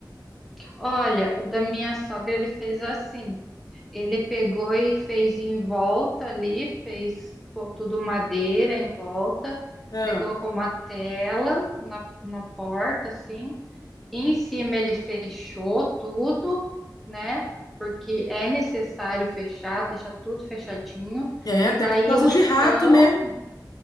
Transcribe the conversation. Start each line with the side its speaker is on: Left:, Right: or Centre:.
Centre: Olha, o da minha sogra ele fez assim. Ele pegou e fez em volta ali, fez co- tudo madeira em volta,
Left: Ah.
Centre: daí colocou uma tela na, na porta, assim. Em cima ele fechou tudo, né? Porque é necessário fechar, deixar tudo fechadinho.
Left: É,
Centre: E
Left: até
Centre: daí
Left: por causa
Centre: o
Left: de
Centre: chão,
Left: rato, né?